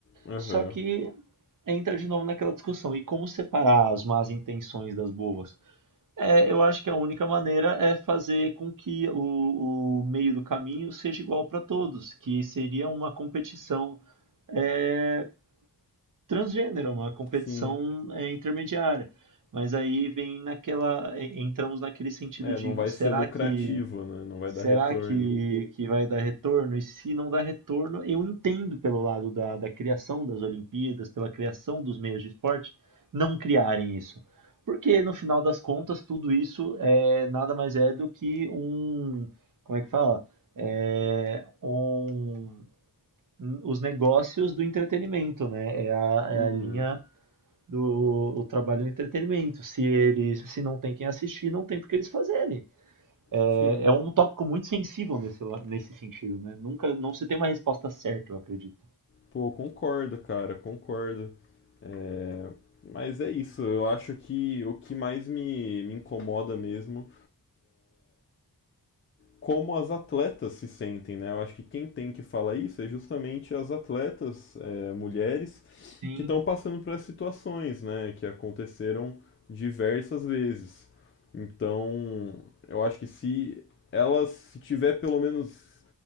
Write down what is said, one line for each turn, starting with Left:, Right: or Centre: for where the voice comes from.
Left: Aham,
Right: Só que entra de novo naquela discussão, e como separar as más intenções das boas? É, eu acho que a única maneira é fazer com que o, o meio do caminho seja igual para todos, que seria uma competição é, transgênero, uma competição
Left: sim.
Right: é, intermediária. Mas aí vem naquela, en- entramos naquele sentido
Left: É,
Right: de
Left: não vai
Right: será
Left: ser lucrativo,
Right: que
Left: né? Não vai dar
Right: Será
Left: retorno.
Right: que, que vai dar retorno? E se não dar retorno, eu entendo pelo lado da, da criação das Olimpíadas, pela criação dos meios de esporte, não criarem isso. Porque no final das contas, tudo isso é nada mais é do que um. Como é que fala? É, um, os negócios do entretenimento, né? É a,
Left: Uhum.
Right: é a linha do o trabalho do entretenimento. Se eles, se não tem quem assistir, não tem por que eles fazerem. É,
Left: Sim.
Right: é um tópico muito sensível nesse, la- nesse sentido, né? Nunca, não se tem uma resposta certa, eu acredito.
Left: Pô, concordo, cara, concordo. É, mas é isso, eu acho que o que mais me, me incomoda mesmo, como as atletas se sentem, né? Eu acho que quem tem que falar isso é justamente as atletas, é, mulheres,
Right: Sim,
Left: que estão passando por essas situações, né? Que aconteceram diversas vezes. Então, eu acho que se elas, se tiver pelo menos